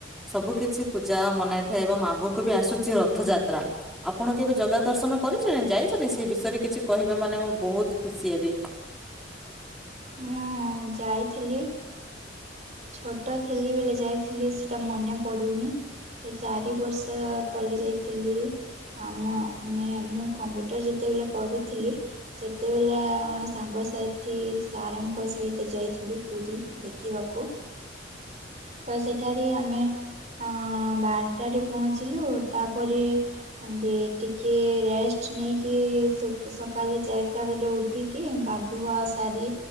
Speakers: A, in the centre; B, on the right.
A: ସବୁ କିଛି ପୂଜା ମନାଇଥାଏ ଏବଂ ଆଗକୁ ବି ଆସୁଚି ରଥଯାତ୍ରା। ଆପଣ କେବେ ଜଗା ଦର୍ଶନ କରିଚନ୍ତି, ଯାଇଚନ୍ତି? ସେଇ ବିଷୟରେ କିଛି କହିବେ ମାନେ ମୁଁ ବହୁତ୍ ଖୁସି ହେବି।
B: ମୁଁ ଯାଇଥିଲି। ଛୋଟ ଥିଲି ବେଳେ ଯାଇଥିଲି ସେଟା ମନେ ପଡ଼ୁନି। ଏ ଚାରି ବର୍ଷ ତଲେ ଯାଇଥିଲି। ଆମ ଆମେ ମୁଁ କମ୍ପ୍ୟୁଟର ଯେତେବେଳେ କରୁଥିଲି ସେତେବେଲେ ସାଙ୍ଗ ସାଥି ସାର୍‌ଙ୍କ ସହିତ ଯାଇଥିଲୁ ପୁରୀ ଦେଖିବାକୁ। ତ ସେଠାରେ ଆମେ ଅଁ ବାରଟାରେ ପହଞ୍ଚିଲୁ। ତାପରେ ଏମତି ଟିକିଏ ରେଷ୍ଟ ନେଇକି ସକାଳେ ଚାରିଟା ବେଳେ ଉଠିକି କି ଗାଧୁଆ ସାରି